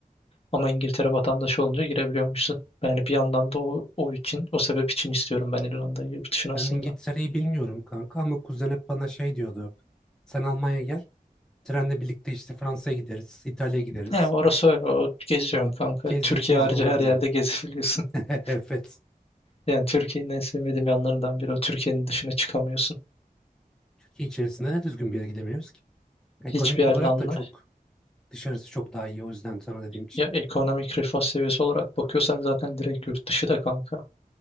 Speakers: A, on the left; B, in the centre.
A: Ama İngiltere vatandaşı olunca girebiliyormuşsun. Yani bir yandan da o, o için, o sebep için istiyorum ben İrlanda'yı yurt dışına
B: Ben
A: aslında.
B: İngiltere'yi bilmiyorum kanka ama kuzen hep bana şey diyordu. Sen Almanya'ya gel. Trenle birlikte işte Fransa'ya gideriz, İtalya'ya gideriz.
A: He, orası öyle. O, geziyorsun
B: O
A: kanka.
B: gezi
A: Türkiye
B: gezi
A: harici
B: olabiliyordu.
A: her yerde gezebiliyorsun. <laughs>
B: <laughs> Evet.
A: Yani Türkiye'nin en sevmediğim yanlarından biri o. Türkiye'nin dışına çıkamıyorsun.
B: Türkiye içerisinde de düzgün bir yere gidemiyoruz ki. Ekonomik
A: Hiçbir yerle
B: olarak
A: anla.
B: da çok dışarısı çok daha iyi o yüzden sana dediğim
A: Ya ekonomik refah seviyesi olarak bakıyorsan zaten direkt yurt dışı da kanka.